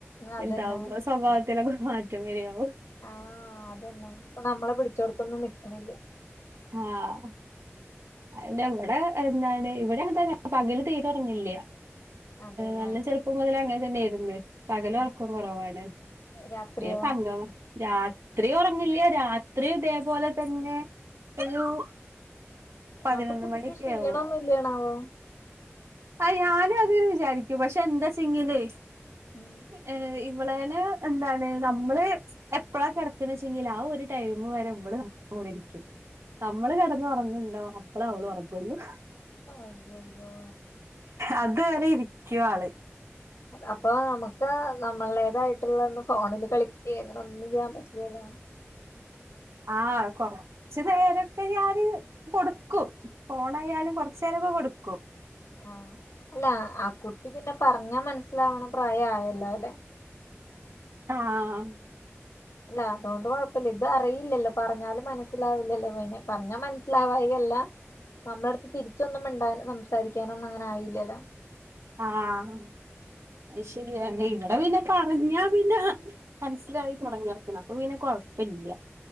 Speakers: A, on the right; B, on the left.
A: വലുതാവുമ്പോ
B: അതന്നെ
A: സ്വഭാവത്തിലൊക്കെ മാറ്റം വരിയാവും
B: ആഹ് അതന്നെ. ഇപ്പം നമ്മള് പിടിച്ചോട്ത്തൊന്നും നിക്ക്ണില്ല.
A: ആഹ് അതിന്റെ ഇവിടെ എന്താണ് ഇവിടെ അങ്ങനെ തന്നെ പകല് തീരെ ഒറങ്ങല്ലില്ല.
B: അതെല്ലേ
A: നല്ല ചെറു ഇപ്പം മുതലെ അങ്ങനെ തന്നെയാരുന്നു. പകല്
B: ആഹ്
A: ഒറക്കം കൊറവാണ്.
B: രാത്രിയോ
A: പിന്നെ പങ്കം രാത്രി ഒറങ്ങില്ല. രാത്രി ഇതേപോലെ തന്നെ. <unintelligible> പതിനൊന്ന്
B: അപ്പൊ കുട്ടിക്ക്
A: മണിയൊക്കെ
B: ക്ഷീണം
A: ആവും
B: ഒന്നും ഇല്ലെണാവം.
A: ആയ് ഞാനും അത് വിചാരിക്കും. പക്ഷെ എന്താച്ചെങ്ങില്.
B: ഉം <inaudible>
A: ഏ ഇവളേന് എന്താണ് നമ്മള്. എപ്ലാ കെടക്ക്ണ് വെച്ചെങ്കിൽ ആ ഒരു ടൈം വരെ ഇവള് ഇവെടെ ഇരിക്ക്യും. നമ്മള് കെടന്ന് ഒറങ്ങുണ്ടോ. അപ്പള അവള് ഒറങ്ങൊള്ളു.
B: ആയ്യൊയ്യോ
A: അത് വരെ ഇരിക്ക്യാള്.
B: അപ്പൊ നമുക്ക് നമ്മളേതായിട്ടുള്ള ഒന്ന് ഫോണിൽ കളിക്ക അങ്ങനെ ഒന്നും ചെയ്യാൻ പറ്റില്ലല്ലോ.
A: ആഹ് കൊറച്ച് നേരൊക്കെ ഞാന് കൊടുക്കും. ഫോണായാലും കൊറച്ച് നേരൊക്കെ കൊടുക്കും.
B: ആഹ് അല്ല ആ കുട്ടി പിന്നെ പറഞ്ഞാ മനസ്സിലാവണം പ്രായ ആയല്ലോല്ലെ.
A: ആഹ്
B: അല്ല അതുകൊണ്ട് കൊഴപ്പല്ല. ഇത് അറിയില്ലല്ലോ പറഞ്ഞാലും മനസ്സിലാവില്ലല്ലോ ഇവന്. പറഞ്ഞ മനസ്സിലാവായികല്ല നമ്മളെടു തിരിച്ചൊന്നും മിണ്ടാൻ സംസാരിക്കാനൊ ന്നും അങ്ങനെ ആയില്ലല്ലോ.
A: ആഹ് അത് ശെരിയ. ഇവിടെ പിന്നെ പറഞ്ഞാ പിന്നെ. മനസ്സിലായി തൊടങ്ങിറക്കണം അപ്പൊ പിന്നെ കൊഴപ്പല്ല.